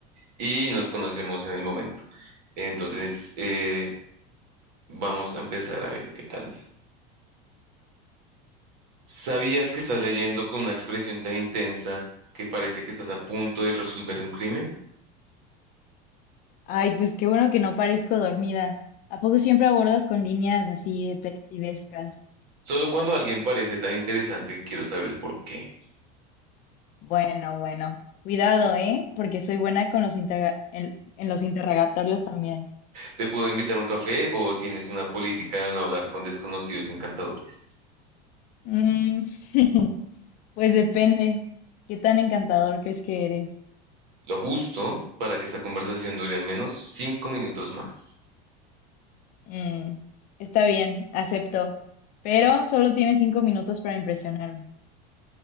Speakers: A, on the right; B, on the left.
A: y nos conocemos en el momento. Entonces, eh, vamos a empezar a ver qué tal. ¿Sabías que estás leyendo con una expresión tan intensa que parece que estás a punto de resolver un crimen?
B: Ay, pues qué bueno que no parezco dormida. ¿A poco siempre abordas con líneas así detectivescas?
A: Solo cuando alguien parece tan interesante que quiero saber el por qué.
B: Bueno, bueno. Cuidado, ¿eh? Porque soy buena con los interga- en, en los interrogatorios también.
A: ¿Te puedo invitar a un café o tienes una política de no hablar con desconocidos encantadores?
B: Mm, <laughs> pues depende. ¿Qué tan encantador crees que eres?
A: Lo justo para que esta conversación dure al menos cinco minutos más.
B: Mm, está bien, acepto. Pero solo tienes cinco minutos para impresionarme.